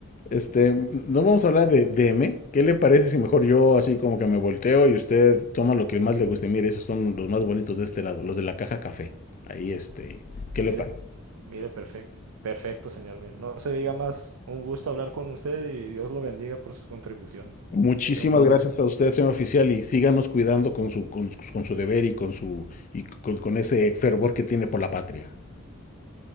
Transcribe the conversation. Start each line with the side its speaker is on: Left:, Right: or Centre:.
Left: Este, no vamos a hablar de DM. ¿Qué le parece si mejor yo así como que me volteo y usted toma lo que más le guste? Mire, esos son los más bonitos de este lado, los de la caja café. Ahí, este, ¿qué
Right: Mire,
Left: le parece?
Right: mire, perfecto. Perfecto, señor. Mire, no se diga más. Un gusto hablar con usted y Dios lo bendiga por sus contribuciones.
Left: Muchísimas
Right: Tengo un buen
Left: gracias
Right: día.
Left: a usted, señor oficial, y síganos cuidando con su, con, con su deber y con su y con, con ese fervor que tiene por la patria.